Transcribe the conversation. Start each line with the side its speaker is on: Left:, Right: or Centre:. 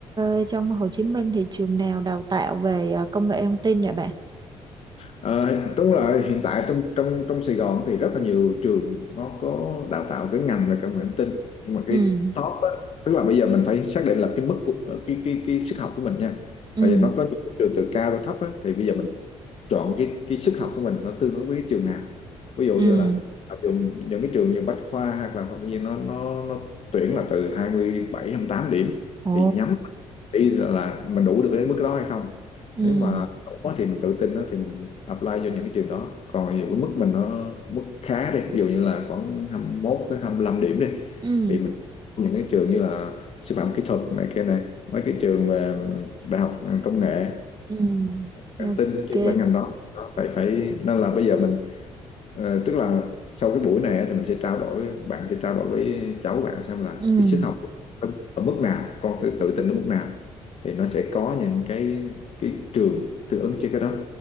Right: ờ, trong Hồ Chí Minh thì trường nào đào tạo về ờ, công nghệ thông tin vậy bạn?
Left: Ờ, đúng rồi hiện tại trong trong trong Sài Gòn thì rất là nhiều trường nó có đào tạo cái ngành về công nghệ thông tin nhưng mà cái
Right: Ừ,
Left: top á, tức là bây giờ mình phải xác định là cái mức của, ờ, cái cái cái sức học của mình nha
Right: ừ,
Left: tại vì nó có những cái trường từ cao tới thấp á, thì bây giờ mình chọn cái cái sức học của mình nó tương ứng với cái trường nào ví dụ
Right: ừ,
Left: như là học những cái trường như Bách Khoa hoặc là học tự nhiên nó nó nó tuyển là từ 27 28 điểm
Right: ồ,
Left: thì nhắm ý là, mình đủ được đến mức đó hay không
Right: ừ,
Left: nếu mà đủ thì mình tự tin đó, thì mình apply vô những cái trường đó còn ví dụ cái mức mình nó mức khá đi ví dụ như là khoảng 21 tới 25 điểm đi
Right: ừ,
Left: thì mình những cái trường như là sư phạm kỹ thuật này kia này mấy cái trường về đại học công nghệ
Right: ừ,
Left: cảm
Right: ok,
Left: tin chuyên về ngành đó Đó, phải phải nên là bây giờ mình Ờ, tức là sau cái buổi này á, thì mình sẽ trao đổi bạn sẽ trao đổi với cháu bạn xem là
Right: ừ.
Left: cái sức học của con ở, ở mức nào con tự, tự tin ở mức nào thì nó sẽ có những cái cái trường tương ứng cho cái đó